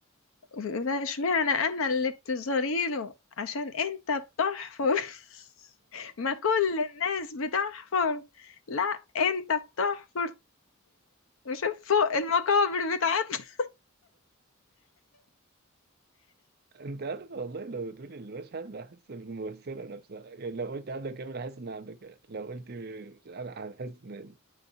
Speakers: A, on the left; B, on the right.
A: لا اشمعنى انا اللي بتظهري له عشان انت بتحفر <laughs> ما كل الناس بتحفر لا انت بتحفر شوف فوق المقابر بتاعتنا
B: أنت عارف والله لو تقولي المشهد هحس بالممثلة نفسها يعني لو قلت عبلة كامل هحس إنها عبلة كامل لو قلت أنا هحس إن